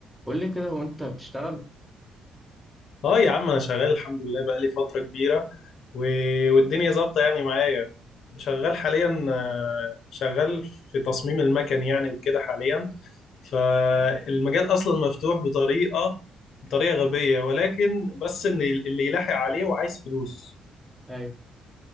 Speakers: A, in the centre; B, on the left (about 65°).
A: قول لي كده هو انت بتشتغل
B: اه يا عم انا شغال الحمد لله بقالي فترة كبيرة و... والدنيا ظابطة يعني معايا شغال حاليا آه، شغال في تصميم المكن يعني وكده حاليا فالمجال اصلا مفتوح بطريقة بطريقة غبية ولكن بس ان اللي يلاحق عليه وعايز فلوس
A: ايوه